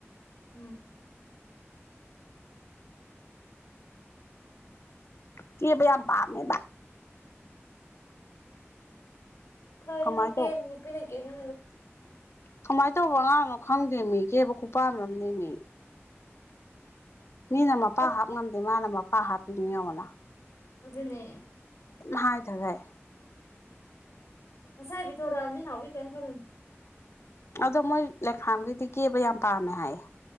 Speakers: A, on the left (about 80°); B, on the left (about 65°).
A: ꯎꯝ
B: ꯀꯦꯕꯩ ꯌꯥꯝꯝꯕꯃꯦꯕ
A: ꯐꯔꯤꯅꯤ
B: ꯀꯃꯥꯏꯅ
A: ꯀꯦꯅꯤꯄꯤꯅꯦ
B: ꯇꯧ
A: ꯀꯦꯅꯤ
B: ꯀꯃꯥꯏꯅ ꯇꯧꯕ ꯑꯉꯥꯡꯅꯣ ꯈꯪꯗꯦ ꯃꯤ ꯀꯦꯕ ꯈꯨꯄꯥꯟꯝꯅꯦ ꯃꯤ ꯃꯤꯅ ꯃꯄꯥ
A: ꯐꯠ
B: ꯍꯥꯞ ꯉꯝꯗꯦ ꯃꯥꯅ ꯃꯄꯥ ꯍꯥꯞꯄꯤꯅꯤ ꯌꯦꯡꯅ
A: ꯑꯗꯨꯅꯦ
B: ꯍꯥꯏ ꯊꯒꯦ
A: <unintelligible>
B: ꯑꯗꯣ ꯃꯣꯏ ꯂꯩꯈꯥꯝꯒꯤꯗꯤ ꯀꯦꯕ ꯌꯥꯝ ꯄꯥꯝꯃꯦ ꯍꯥꯏꯌꯦ